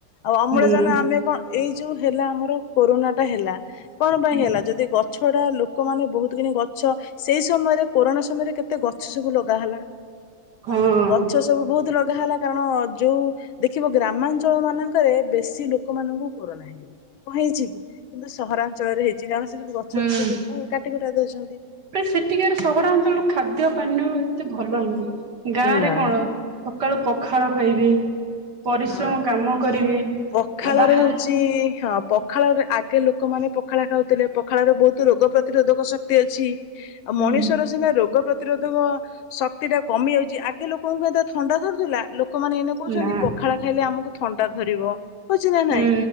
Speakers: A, on the left; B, on the right.
A: ଆଉ ଅମ୍ଳଯାନ
B: ହୁଁ
A: ଆମେ କଣ ଏଇ ଯୋଉ ହେଲା ଆମର କରୋନା ଟା ହେଲା କଣ ପାଇଁ
B: ହୁଁ
A: ହେଲା ଯଦି ଗ ଗଛଡା ଲୋକମାନେ ବହୁତ କି ଗଛ ସେଇ ସମୟରେ କୋରୋନା ସମୟରେ କେତେ ଗଛ ସବୁ ଲଗା ହେଲା।
B: ହଁ
A: ଗଛ ସବୁ ବହୁତ ଲଗା ହେଲା କାରଣ ଯୋଉ ଦେଖିବ ଗ୍ରାମାଞ୍ଚଳ ମାନଙ୍କରେ ବେଶୀ ଲୋକମାନଙ୍କୁ କରୋନା ହେଇନି। କଣ ହେଇଛି କି? କିନ୍ତୁ ସହରାଞ୍ଚଳରେ ହେଇଛି କାରଣ ସେ ସବୁ ଗଛ
B: ହୁଁ
A: ବୁଛ ସବୁ କୁ କାଟି କୁଟା ଦଉଛନ୍ତି।
B: ସେଠିକାର ସହରାଞ୍ଚଳ ଖାଦ୍ୟ ପାନୀୟ ଏତେ ଭଲ ନୁହେଁ ଗାଁ
A: ନା
B: ରେ କଣ ସକାଳୁ ପଖାଳ ଖାଇବେ ପରିଶ୍ରମ
A: ହଁ
B: କାମ କରିବେ।
A: ପଖାଳରେ
B: ଆଉ ବାହାରେ
A: ହଉଛି ହଁ ପଖାଳରେ ଆଗେ ଲୋକମାନେ ପ ପଖାଳ ଖାଉଥିଲେ ପଖାଳ ର ବହୁତ ରୋଗ ପ୍ରତିରୋଧକ ଶକ୍ତି ଅଛି ଆଉ
B: ହୁଁ
A: ମଣିଷର ସିନା ରୋଗ ପ୍ରତି ପ୍ରତିରୋଧକ ଶକ୍ତି ଟା କମି ଯାଉଛି ଆଗେ ଲୋକଙ୍କୁ କ ଥଣ୍ଡା ଧରୁଥିଲା ଲୋକମାନେ ଏନେ କହୁଛନ୍ତି
B: ନା
A: ପଖାଳ ଖାଇଲେ ଆମକୁ ଥଣ୍ଡା ଧରିବ ହଉଛି ନା ନାଇଁ
B: ହୁଁ